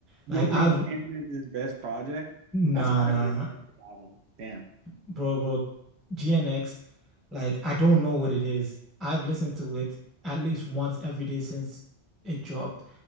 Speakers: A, on the right; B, in the centre.
A: You
B: Like
A: don't think
B: I've
A: Damn is his best project?
B: nah
A: That's
B: nah.
A: my favorite album. Damn.
B: Bro, bro, GNX, like I don't know what it is. I've listened to it at least once every day since it dropped.